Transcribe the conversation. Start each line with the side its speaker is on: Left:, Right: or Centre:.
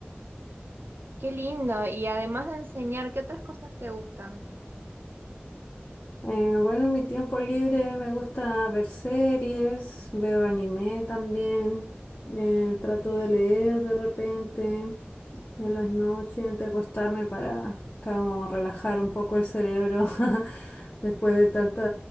Right: Qué lindo. Y además de enseñar, ¿qué otras cosas te gustan?
Left: Eh, bueno, en mi tiempo libre me gusta ver series, veo anime también, eh, trato de leer de repente en las noches antes de acostarme para como relajar un poco el cerebro <laughs> después de tantos